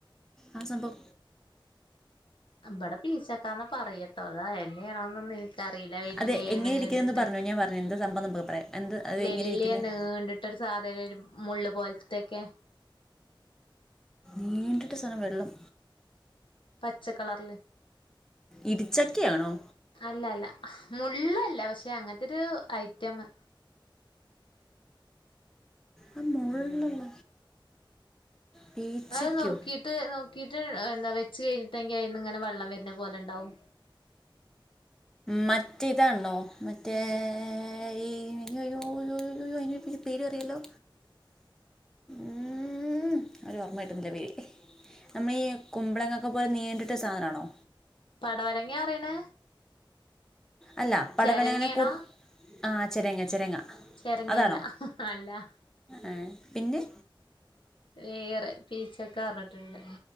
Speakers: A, in the centre; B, on the left (about 70°).
A: ആ സമ്പം
B: അമ്പാട് പീച്ചക്കാന്നാ പറയട്ടോ അതാ എന്നെയണോന്നെ ക്കറിയില്ല വല്യ
A: അത് എങ്ങനെ
B: നീണ്ടിട്ട്
A: ഇരിക്കുന്നതെന്ന് പറഞ്ഞോ ഞാൻ പറഞ്ഞു എന്താ സംഭവം നമുക്ക് പറയാം എന്ത് അത്
B: വല്യ
A: എങ്ങനെ ഇരിക്കുന്നത്
B: നീണ്ടിട്ട് ട്ടൊരു സാധനം മുള്ളു പോലത്തെക്കെ
A: നീണ്ടിട്ട് സാനം വെള്ളം
B: പച്ചക്കളർ
A: ഇടിച്ചക്കാണോ
B: അല്ലല്ല മുള്ളല്ല പക്ഷെ അങ്ങനത്തൊരു ഐറ്റമെ
A: ആ മുള്ളുള്ള പീച്ചയ്ക്കോ
B: അത് നുറുക്കീട്ടെ ഇട്ട് നോക്കിട്ടെ എന്താ വെച്ച് കഴിഞ്ഞട്ടെങ്കി അയീന്നിങ്ങനെ വെള്ളം വരുന്നപോലെണ്ടാവും
A: മറ്റിതാണോ മറ്റേ
B: എന്താ
A: ഈ അയ്യയ്യോ അയ്യോയ്യോ അയിനൊരു പേരു പറേല്ലോ ഊമമ് ഒരു ഓർമ്മ കിട്ടുന്നില്ല പേര് നമ്മയീ കുമ്പളങ്ങൊക്കെ പോലെ നീണ്ടിട്ട് സാധനാണോ
B: പടവലങ്ങ്യറിനെ?
A: അല്ല പടവലെനെ
B: ചെരങ്ങയാണോ
A: കൂ ആ ചെരങ്ങ ചെരങ്ങ
B: ചെരങ്ങല്ല
A: അതാണോ
B: അല്ല
A: ഏ പിന്നെ?
B: വേറെ പീച്ചക്ക പർഞ്ഞിട്ണ്ട്